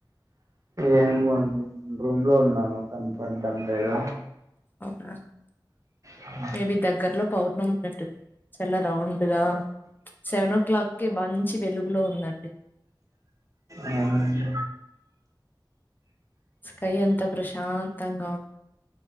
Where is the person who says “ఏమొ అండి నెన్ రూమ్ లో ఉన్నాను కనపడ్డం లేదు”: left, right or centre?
Right